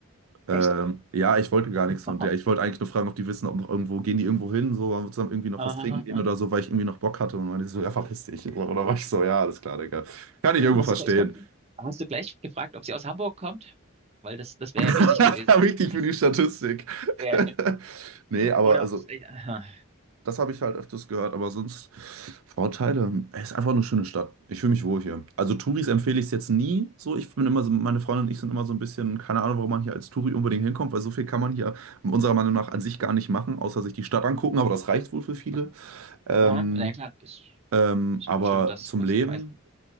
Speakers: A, on the right; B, on the right.
A: Ähm,
B: Echt?
A: ja, ich wollte gar nichts
B: <laughs>
A: von der. Ich wollte eigentlich nur fragen, ob die wissen, ob noch irgendwo, gehen die irgendwo hin, so, wollen wir zusammen irgendwie noch
B: Aha.
A: was trinken gehen
B: aha.
A: oder so, weil ich irgendwie noch Bock hatte. Und meinte sie so, ja, verpiss dich. Oder oder war ich so, ja, alles klar, Digga. Kann ich irgendwo
B: Hast
A: verstehen.
B: du gleich noch, hast du gleich gefragt, ob sie aus Hamburg kommt? Weil das, das wäre
A: <laughs>
B: ja wichtig gewesen.
A: Wichtig
B: <laughs>
A: für die Statistik.
B: Ja.
A: <laughs> Nee, aber
B: Oder,
A: also,
B: ja,
A: Das habe ich halt öfters gehört, aber sonst Vorteile. Es ist einfach eine schöne Stadt. Ich fühle mich wohl hier. Also Touris empfehle ich es jetzt nie so. Ich bin immer so, meine Freundin und ich sind immer so ein bisschen, keine Ahnung, warum man hier als Touri unbedingt hinkommt, weil so viel kann man hier unserer Meinung nach an sich gar nicht machen, außer sich die Stadt angucken, aber das reicht wohl für viele. Ähm,
B: ah, na ja, klar, ist,
A: ähm,
B: ist
A: aber
B: ja bestimmt das,
A: zum
B: was
A: Leben,
B: die meisten.